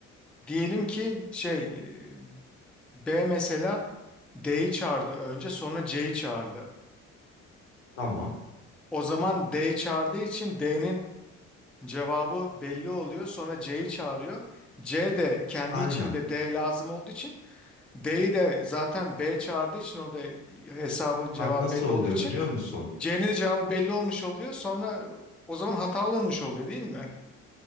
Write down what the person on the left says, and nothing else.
Tamam.
Aynen.
Bak nasıl
oluyor
biliyor musun?